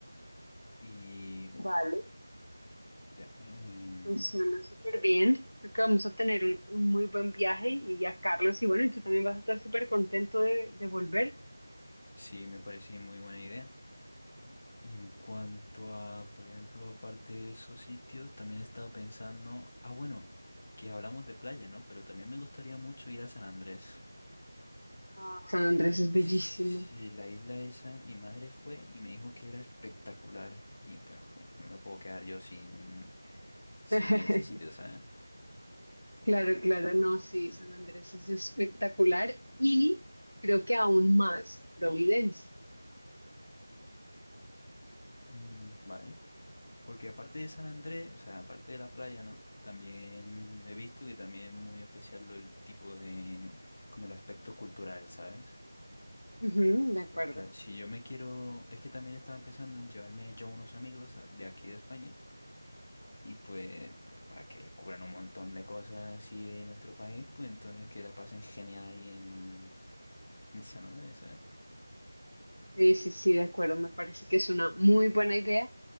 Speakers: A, on the left; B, on the left.
A: Y... uh,
B: Vale.
A: ya, em,
B: Pues suena súper bien. Creo que vamos a tener un, un muy buen viaje y a Carlos, y bueno, y tú también vas a estar súper contento de, de volver.
A: Sí, me parece muy buena idea. Y en cuanto a, por ejemplo, aparte de esos sitios, también he estado pensando, ah, bueno, que hablamos de playa, ¿no? Pero también me gustaría mucho ir a San Andrés.
B: Ah, San Andrés es
A: Sí,
B: bellísimo.
A: la isla esa, mi madre fue y me dijo que era espectacular y pues co- no me puedo quedar yo sin, sin
B: <laughs>
A: ese sitio, ¿sabes?
B: Claro, claro, no, sí, San Andrés es espectacular y creo que aún más Providencia.
A: Mm, Vale. Porque aparte de San Andrés, o sea, aparte de la playa, ¿no? También he visto que también es muy especial lo- el tipo de, como el aspecto cultural, ¿sabes?
B: Ujú, de acuerdo.
A: Entonces, claro, si yo me quiero, es que también estaba pensando en llevarme yo unos amigos a- de aquí de España y pues, pues para que descubran un montón de cosas así de nuestro país, pues entonces que la pasen genial ahí en, en San Andrés, ¿sabes?
B: Sí, sí, sí, de acuerdo. Me parece que es una muy buena idea